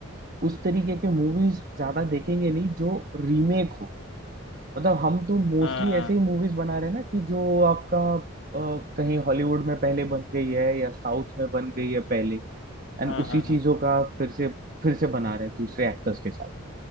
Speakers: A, on the right (about 40°); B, on the left (about 65°).
A: उस तरीके के मूवीज ज्यादा देखेंगे नहीं जो रीमेक हो मतलब हम तो मोस्टली
B: हाँ हाँ
A: ऐसे ही मूवीज बना रहे हैं ना कि जो आपका अ, कहीं हॉलीवुड में पहले बन गई है या साउथ में बन गई है पहले एंड
B: हाँ
A: उसी
B: हाँ हाँ
A: चीजों का फिर से फिर से बना रहे हैं दूसरे एक्टर्स के साथ